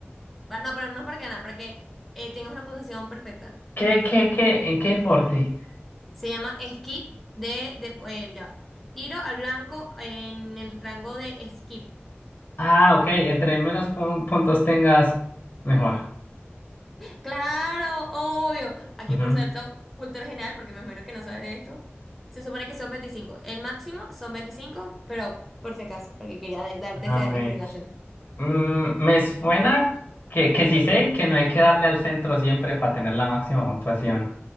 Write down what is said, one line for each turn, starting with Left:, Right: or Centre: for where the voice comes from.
Centre: Va, No, pero no para ganar, para que eh, tengas una puntuación perfecta.
Left: ¿Qué, qué, qué? ¿En qué deporte?
Centre: Se llama skip de, de- eh, ya. Tiro al blanco en el rango de skip.
Left: Ah, ok, entre menos pu- puntos tengas, mejor.
Centre: Claro, obvio. Aquí
Left: Ujú.
Centre: por ser so- cultura general, porque me imagino que no sabes de esto, se supone que son veinticinco, El máximo son 25, pero por si acaso, porque quería de- darte
Left: Ah,
Centre: esa
Left: ok.
Centre: información.
Left: Mm, me suena que, que sí sé que no hay que darle al centro siempre para tener la máxima puntuación.